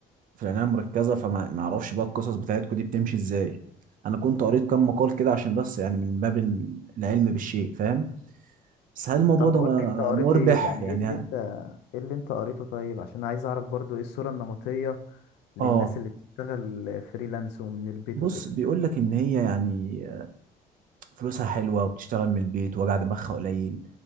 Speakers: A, on the right; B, on the left.
A: في العناية المركزة، فما ما أعرفش بقى القصص بتاعتكم دي بتمشي إزاي. أنا كنت قريت كام مقال كده عشان بس يعني من باب ال العلم بالشيء فاهم، بس هل الموضوع
B: طب
A: ده
B: قُل
A: م
B: لي أنت قريت
A: مُربح
B: إيه؟ يعني
A: يعني
B: إيه اللي
A: ه
B: أنت ايه اللي انت قريته طيب عشان عايز اعرف برضو ايه الصورة النمطية للناس
A: آه،
B: اللي بتشتغل فريلانس ومن البيت
A: بُص
B: وكده
A: بيقول لك إن هي يعني فلوسها حلوة وبتشتغل من البيت وجع دماغها قليل